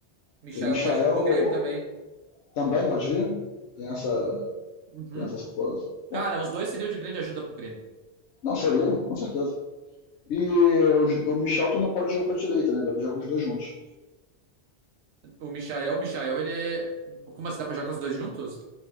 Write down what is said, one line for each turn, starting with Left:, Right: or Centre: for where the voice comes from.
Right: Michael
Left: Porque o Michael
Right: pode vir pro Grêmio também.
Left: também, pode ver? Tem essa.
Right: Uhum.
Left: Tem essa suposição. Porra.
Right: Cara, os dois seriam de grande ajuda pro Grêmio.
Left: Não, seriam, com certeza. E o, o Michel tu não pode jogar para a direita, né? Dá para jogar com os dois juntos.
Right: O Michael, o Michael, ele é... Como assim, dá pra jogar os dois juntos?